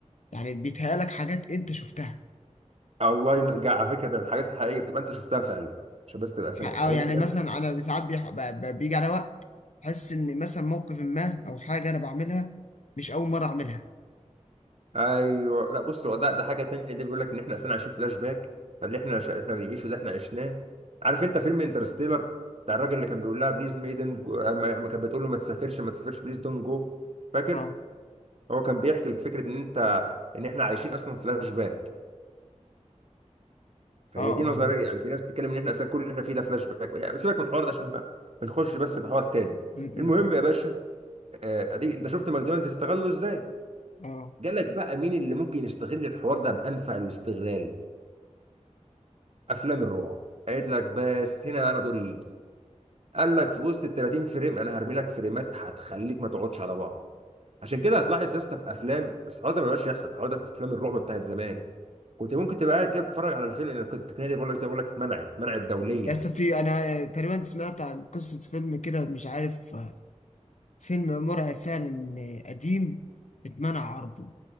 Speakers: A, on the left; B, on the right.
A: يعني بيتهيألك حاجات أنت شفتها
B: الله ينور على فكره ده من الحاجات الحقيقيه بتبقى انت شفتها فعلا عشان بس تبقى فاهم
A: اه
B: الحاجات
A: يعني
B: دي
A: مثلا انا ساعات بيح- ب- ب- بيجي على وقت احس ان مثلا موقف ما او حاجه انا بعملها مش اول مره اعملها
B: ايوه لا بص هو ده ده حاجه تانية ده بيقول لك ان احنا اصلا عايشين فلاش باك فاللي احنا ش... احنا بنعيشه ده احنا عشناه عارف انت فيلم انترستيلر بتاع الراجل اللي كان بيقول لها بليز ميدن جو... ما... ما كانت بتقول له ما تسافرش ما تسافرش بليز دون جو فاكر
A: اه
B: هو كان بيحكي لفكره ان انت ان احنا عايشين اصلا فلاش باك فهي
A: اه
B: دي
A: اه
B: نظريه
A: م-
B: يعني في ناس بتتكلم ان احنا اصلا كل اللي احنا فيه ده فلاش باك يعني سيبك من الحوار ده عشان ما ما نخش بس في حوار تاني
A: م-
B: المهم يا باشا آه، اديك انت شفت ماكدونالدز استغله ازاي
A: اه
B: جالك بقى مين اللي ممكن يستغل الحوار ده بانفع الاستغلال افلام الرعب قالت لك بس هنا بقى انا دوري يجي قال لك في وسط ال 30 فريم انا هرمي لك فريمات هتخليك ما تقعدش على بعض عشان كده هتلاحظ يا اسطى في افلام بس الحوار ده ما بقاش يحصل الحوار ده في افلام الرعب بتاعت زمان كنت ممكن تبقى قاعد كده بتتفرج على الفيلم لان كنت التقنيه دي بقول لك زي ما بقول لك اتمنعت اتمنعت دوليا
A: يس في انا تقريبا سمعت عن قصه فيلم كده مش عارف آه، فيلم مرعب فعلا آه، قديم اتمنع عرضه